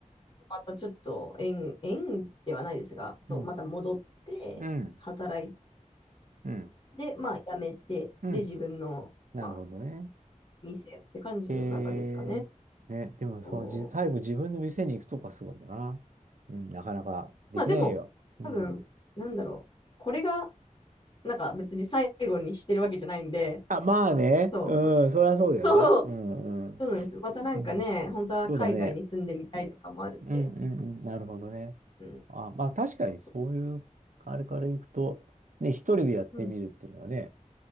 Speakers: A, on the left; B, on the right.
A: またちょっと縁、縁ではないですが、そう、
B: うん。
A: また戻って働い
B: うん。うん。
A: で、まあ、辞めて、
B: うん。
A: で、自分の、
B: なるほどね。
A: まあ、店をって感じの流れですかね。
B: えーね、でもそのじ、
A: そう
B: 最後自分の店に行くとかすごいな。うん、なかなかできないよ。
A: まあ、でも、
B: うん。
A: 多分、なんだろう。これが、なんか別に最後にしてるわけじゃないんで、
B: あ、まあね。
A: そう、
B: うん、
A: これ
B: そりゃそうだよな。
A: そう、
B: うん、うん。
A: そうなんです。またなんかね、
B: うん、
A: 本当は海外に住んでみたいとかもあるんで、
B: そうだね。うん、うん、うん。なるほどね。
A: うん、
B: あ、まあ確かにそういう、
A: そうそ
B: あれから行くと、ね、一人でやってみるっていうのはね、
A: う。うん、